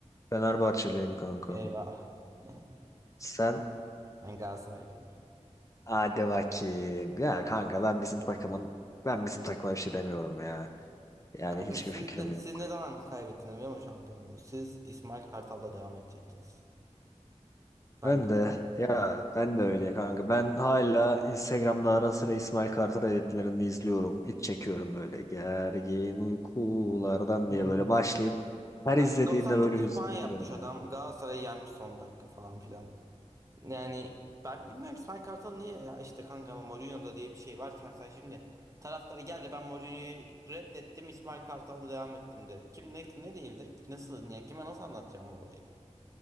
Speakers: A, on the left; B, on the right.
A: Fenerbahçeliyim kanka
B: Eyvah. <laughs>
A: sen
B: Ben Galatasaraylıyım ya.
A: Hadi bakayım. Ya kanka ben bizim takımın ben bizim takıma bir şey demiyorum ya. Yani
B: Kanka
A: hiçbir
B: siz
A: fikrim
B: ne,
A: yok.
B: siz ne zaman kaybettiniz biliyor musun şampiyonluğu? Siz İsmail Kartal'la devam edecektiniz. Bence.
A: Ben de ya ben de öyle kanka. Ben hala Instagram'da ara sıra İsmail Kartal editlerini izliyorum. İç çekiyorum böyle gergin uykulardan
B: Hmm.
A: diye böyle başlayıp
B: <laughs>
A: her
B: Kanka
A: izlediğimde
B: 99
A: böyle hüzünleniyorum
B: puan yapmış adam.
A: ya.
B: Galatasaray'ı yenmiş son dakika falan filan. Yani ben bilmiyorum İsmail Kartal niye ya işte kanka ama Mourinho'da diye bir şey varken sen şimdi taraftarı geldi ben Mourinho'yu reddettim İsmail Kartal'la devam ettim de. Kim ne, ne diyebilir? Nasıl yani kime nasıl anlatacağım bu olayı?